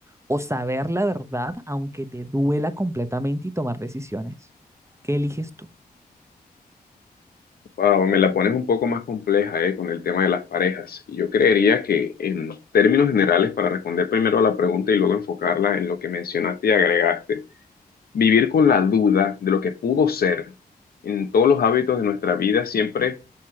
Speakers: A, on the right; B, on the left.
A: o saber la verdad aunque te duela completamente y tomar decisiones. ¿Qué eliges tú?
B: Wow, me la pones un poco más compleja, eh, con el tema de las parejas. Y Yo creería que en términos generales, para responder primero a la pregunta y luego enfocarla en lo que mencionaste y agregaste, vivir con la duda de lo que pudo ser en todos los hábitos de nuestra vida siempre